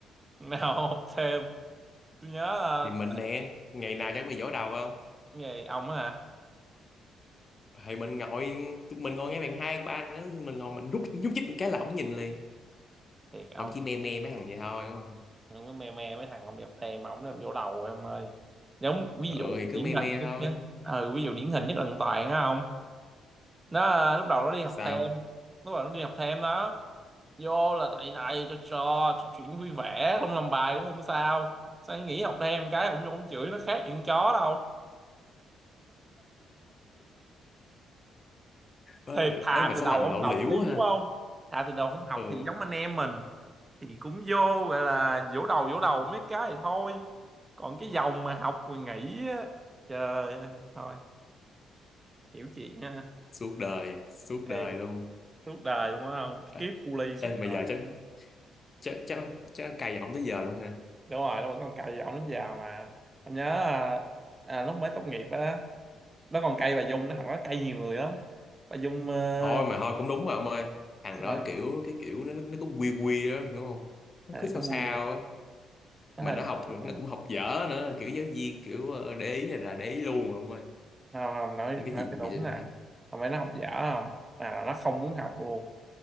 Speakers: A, on the right (about 25°); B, on the left (about 40°).
A: thằng nào không học thêm tôi nhớ ờ,
B: thì mình nè ngày nào chẳng bị vỗ đầu không
A: cái gì ông á hả
B: thì mình ngồi tụi mình ngồi ngay bàn hai ba nữa mình ngồi mình rút nhúc nhích một cái là ổng nhìn liền
A: thiệt ông
B: ổng chỉ me me mấy thằng vậy thôi đúng không?
A: ông cứ me me mấy thằng không đi học thêm mà ông làm dỗ đầu em ơi giống ví
B: ừ
A: dụ
B: thì
A: điển
B: cứ me
A: hình
B: me
A: nhất
B: thôi
A: nhé ừ, ví dụ điển hình nhất là thằng Toàn á không nó ờ, lúc đầu nó đi học
B: sao
A: thêm lúc đầu nó đi học thêm đó vô là thầy thầy cho trò cho chuyện vui vẻ không làm bài cũng không sao sao nghỉ học thêm cái ông vô ông chửi nó khác chuyện chó đâu
B: ê,
A: thiệt thà
B: ê mà
A: thì
B: sao
A: đầu
B: làm
A: không
B: lộ
A: học
B: liễu
A: đi
B: quá
A: đúng
B: ha
A: không thà thì đầu không học
B: ừ
A: thì giống anh em mình thì cũng vô gọi là vỗ đầu vỗ đầu mấy cái thì thôi còn cái dòng mà học rồi nghỉ á trời ơi, thôi hiểu chuyện ha
B: suốt đời suốt
A: thiệt
B: đời luôn
A: suốt đời đúng không kiếp
B: ê,
A: cu ly suốt
B: ê mà
A: đời
B: giờ chắc chắc chắc chắc cày ổng tới giờ luôn ha
A: đúng rồi nó vẫn còn cài giọng đến già mà anh nhớ à, à, lúc mới tốt nghiệp á nó còn cay bà Dung nó thằng nó cay nhiều người lắm bà Dung ờ,
B: thôi mà thôi cũng đúng mà ông ơi thằng
A: sao
B: đó kiểu cái kiểu nó nó cứ quy quy á hiểu không nó
A: thì
B: cứ sao
A: nó quen
B: sao á
A: nó
B: mà
A: hay
B: nó
A: là
B: học
A: chuyện nè.
B: nó cũng học dở nữa kiểu giáo viên kiểu ờ, để ý là là để ý luôn ông ơi
A: không không nói
B: Nhưng cái
A: nói
B: gì
A: cho
B: mà
A: đúng
B: bị lên
A: nè không phải nó học dở không mà là nó không muốn học luôn